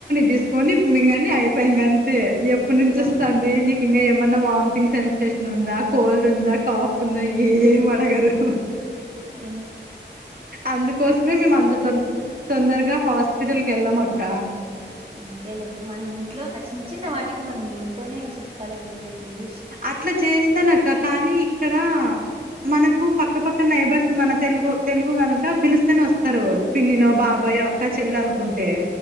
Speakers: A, on the right; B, on the right.
A: తీసుకోంని ఇప్పుడు మిగండి అయిపాయ ఇంక అంతే ఇప్పుడు నుంచి
B: ఆ
A: వస్తాంది నీకు ఇంగ ఏమన్నా వామిటింగ్ సెన్సేషన్ ఉందా కోల్డ్ ఉందా కాఫ్ ఉందా ఏం అడగరు
B: అయి
A: అందుకోసమే మేము అంత త తొందరగా హాస్పిటల్కి వెళ్లం అక్క
B: అంతేలే మనం ఇంట్లో చిన్న చిన్న వాటికి మనం మీ ఇంట్లోనే చి కాలి ఉన్నాయి ఇల్లు
A: అట్లా చేస్తానక్క కానీ ఇక్కడ మనకు పక్కపక్క నైబర్స్ మన తెలుగు తెలుగు కనుక పిలుస్తేనే వస్తారు పిన్నినో బాబాయో అక్క చెల్లి అనుకుంటే